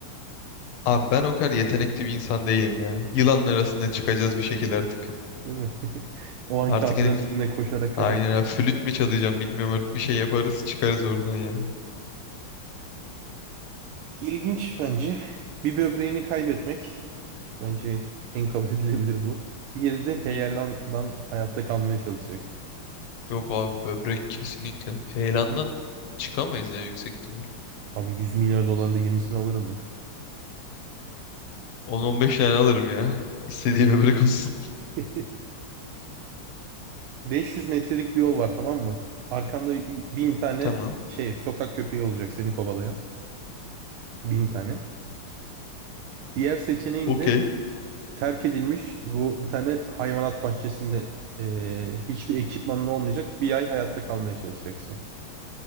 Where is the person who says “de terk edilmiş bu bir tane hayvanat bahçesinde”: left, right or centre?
Right